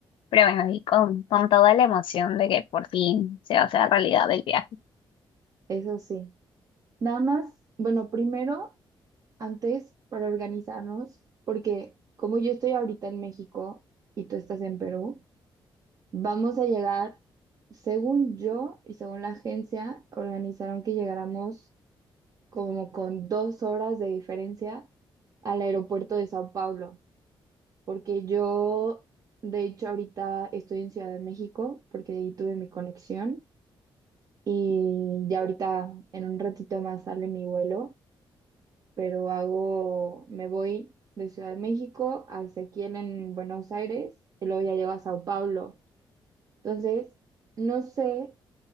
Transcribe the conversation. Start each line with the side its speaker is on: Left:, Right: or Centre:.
Left: pero bueno, y con, con toda la emoción de que por fin se va a hacer realidad el viaje.
Right: Eso sí. Nada más, bueno, primero, antes para organizarnos, porque como yo estoy ahorita en México y tú estás en Perú, vamos a llegar, según yo y según la agencia, organizaron que llegáramos como con dos horas de diferencia al aeropuerto de Sao Paulo. porque yo, de hecho, ahorita estoy en Ciudad de México, porque ahí tuve mi conexión y ya ahorita en un ratito más sale mi vuelo, pero hago, me voy de Ciudad de México a Ezequiel en Buenos Aires y luego ya llego a Sao Paulo. Entonces, no sé